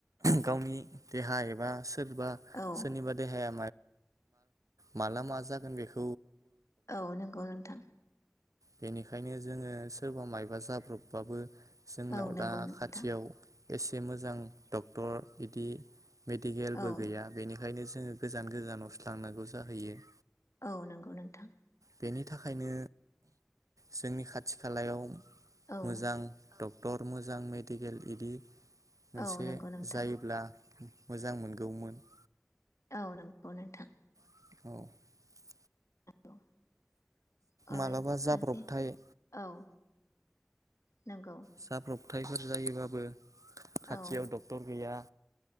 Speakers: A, on the right (about 85°); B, on the left (about 65°).
A: गावनि देहा एबा सोरबा
B: औ
A: सोरनिबा देहाया माला मा जागोन बेखौ
B: औ नंगौ नोंथां
A: बेनिखायनो जोङो सोरबा मायबा जाब्रबबाबो जोंनाव
B: औ नंगौ
A: दा
B: नोंथां
A: खाथियाव एसे मोजां डक्टर बिदि मेडिकेलबो
B: औ
A: गैया बेनि ओंखायनो जोङो गोजान गोजानावसो लांनांगौ जाहैयो
B: औ नोंगौ नोंथां
A: बेनि थाखायनो जोंनि खाथि खालायाव
B: औ
A: मोजां ड टर मोजां मेडिकेल इदि मोनसे
B: औ नंगौ नोंथां
A: जायोब्ला मोजां मोनगौमोन
B: औ नंगौ नोंथां
A: <inaudible>
B: <inaudible> ओ
A: माब्लाबा जाब्रबथाय
B: ओ जे औ नंगौ
A: जाब्रबथायफोर जायोबाबो खाथियाव
B: औ
A: डक्टर गैया